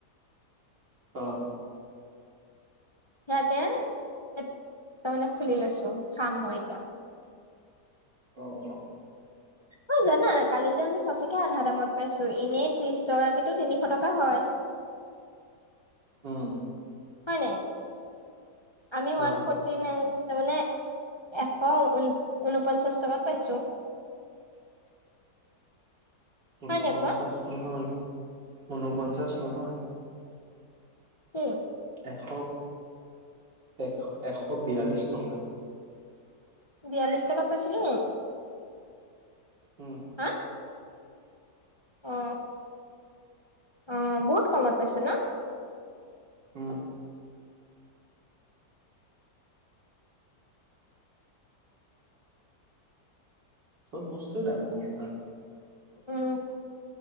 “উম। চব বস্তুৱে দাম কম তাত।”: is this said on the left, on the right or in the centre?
Right